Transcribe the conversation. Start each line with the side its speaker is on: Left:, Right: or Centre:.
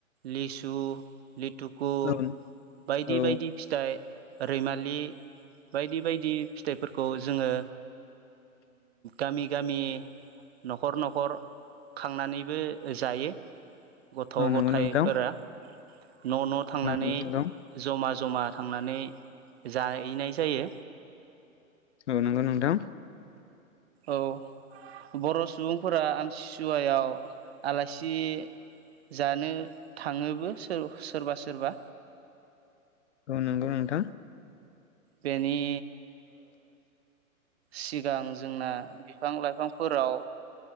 Right: लिसु लिथुकु
Left: औ
Right: बायदि
Left: औ
Right: बायदि फिथाइ रैमालि बायदि बायदि फिथाइफोरखौ जोंङो गामि गामि न'खर न'खर खांनानैबो जायो। गथ'
Left: औ नंगौ
Right: गथायाइफोरा
Left: नोंथां
Right: न' न' थांनानै
Left: औ नंगौ नोंथां
Right: जमा जमा थांनानै जाहैनाय जायो।
Left: औ नंगौ नोंथां।
Right: औ। बर' सुबुंफोरा आमसिसुवायाव आलासि जानो थांङोबो सोरबा सोरबा।
Left: औ नंगौ नोंथां।
Right: बेनि सिगां जोंना बिफां लाइफांफोराव